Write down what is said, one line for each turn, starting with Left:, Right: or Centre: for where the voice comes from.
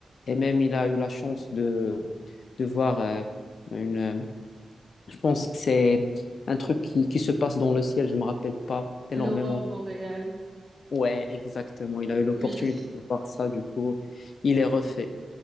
Left: Et même, il a eu la chance de, de voir euh, une. euh, je pense que c'est un truc qui, qui se passe dans le ciel. Je ne me rappelle pas énormément.
Right: L'aurore boréale.
Left: Ouais, exactement. Il a eu l'opportunité
Right: Oui,
Left: de voir ça. Du coup, il est refait.